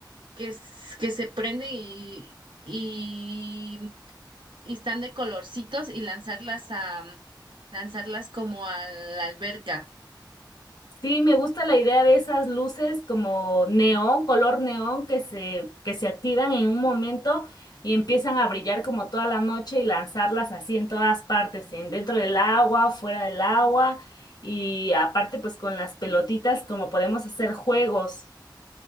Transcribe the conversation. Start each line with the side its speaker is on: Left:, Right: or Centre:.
Right: que, s- que se prende y, y, y están de colorcitos y lanzarlas a lanzarlas como a la alberca.
Left: Sí, me gusta la idea de esas luces como neón, color neón, que se, que se activan en un momento y empiezan a brillar como toda la noche y lanzarlas así en todas partes, en dentro del agua, fuera del agua y aparte pues con las pelotitas como podemos hacer juegos.